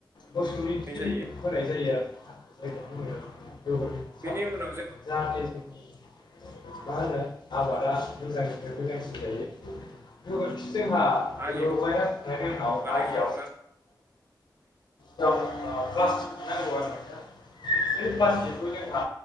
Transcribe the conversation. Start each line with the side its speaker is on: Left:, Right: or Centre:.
Left: मोसौनि खि
Right: जायो
Left: होनाय जायो आरोना जायखौ बुङो गोबोर।
Right: बिनि उनाव जों
Left: जाहाथे जोंनि मा होनो आबादा मोजांनिफ्राय मोजांसिन जायो। गोबोरखि जोंहा बेफोरखौ
Right: आलि
Left: लगायना होखांनायनि उनाव
Right: बानायखांनानै
Left: आलियाव औ ओ प्लासथिक नांगौ आरोना बै प्लासथिकखौ जों जोंहा